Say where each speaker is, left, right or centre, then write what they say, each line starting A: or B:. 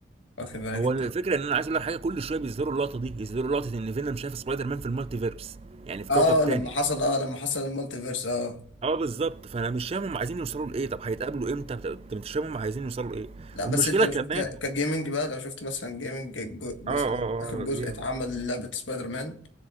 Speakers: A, on the left; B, on the right.
A: واخد بالك
B: هو
A: انت
B: الفكره ان انا عايز اقول لك حاجه كل شويه بيظهروا اللقطه دي يظهروا لقطه ان فينوم شاف سبايدر مان في المالتيفيرس يعني في
A: اه
B: كوكب
A: لما
B: تاني
A: حصل اه لما حصل المالتي فيرس اه
B: اه بالظبط فانا مش فاهم هم عايزين يوصلوا لايه طب هيتقابلوا امتى طب انت مش فاهم هم عايزين يوصلوا لايه
A: لا بس
B: والمشكله
A: انت لو
B: كمان
A: شفت كجيمنج بقى لو شفت مثلا جيمنج الجو- مثلا
B: اه اه اه
A: اخر جزء
B: اه، جامد
A: اتعمل لعبه سبايدر مان